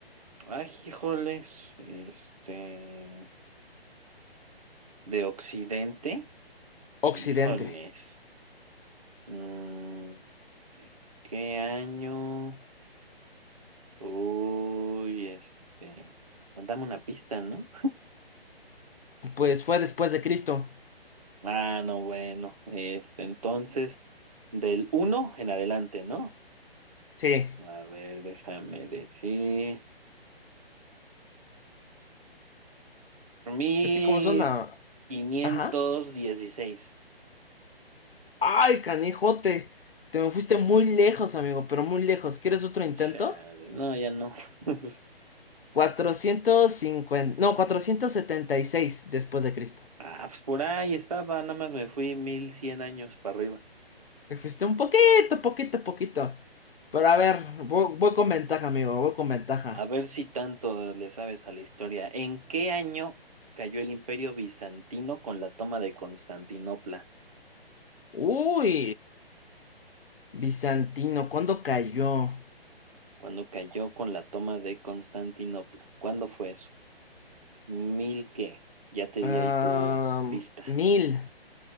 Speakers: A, on the right (about 35°); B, on the left (about 65°).
A: Ay, híjoles, este, de Occidente,
B: Occidente.
A: híjoles, mm, ¿qué qué año? Uy, este, dame una pista, ¿no?
B: Pues fue después de Cristo.
A: Ah, no, bueno, este, entonces, del uno en adelante, ¿no?
B: Sí.
A: A ver, déjame decir, Mil
B: Es que como son a...
A: quinientos
B: Ajá.
A: dieciséis.
B: Ay, canijote. Te me fuiste muy lejos, amigo, pero muy lejos. ¿Quieres otro intento?
A: chale, no, ya no. <laughs>
B: 450. No, 476 después de Cristo.
A: Ah, pues por ahí estaba, nada más me fui 1100 años para arriba.
B: Te fuiste un poquito, poquito, poquito. Pero a ver, voy, voy con ventaja, amigo, voy con ventaja.
A: A ver si tanto le sabes a la historia. ¿En qué año cayó el Imperio Bizantino con la toma de Constantinopla?
B: Uy, bizantino, ¿cuándo cayó?
A: ¿Cuándo cayó con la toma de Constantinopla? ¿Cuándo fue eso? ¿Mil qué? Ya te di
B: Ah,
A: ahí tu pista.
B: mil.